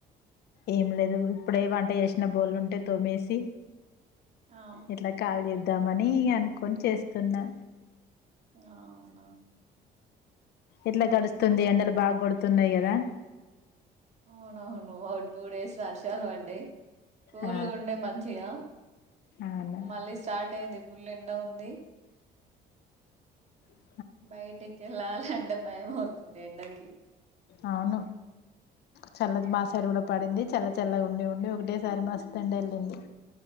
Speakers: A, on the left; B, on the right.
A: ఏం లేదు ఇప్పుడే వంట చేసిన బోళ్ళుంటే తోమేసి
B: ఆ
A: ఇట్లా కాల్ చేద్దామని అనుకొని చేస్తున్నా
B: అవునా
A: ఎట్లా గడుస్తుంది ఎండలు బాగా గడుతున్నాయి కదా
B: అవునవును ఓ టూ డేస్ వర్షాలు పడ్డాయి కూల్
A: ఆ
B: ఉండే మంచిగా
A: అవునా
B: మళ్ళీ స్టార్ట్ అయింది పుల్ల ఎండ ఉంది
A: అ
B: బయటికి ఎళ్ళాలంటే భయం అవుతుంది ఎండకి
A: అవును చల్ది మాసం తెరువులో పడింది చల్ల చల్లగా ఉండి ఉండి ఒకటేసారి మస్తు ఎండ ఏళ్ళింది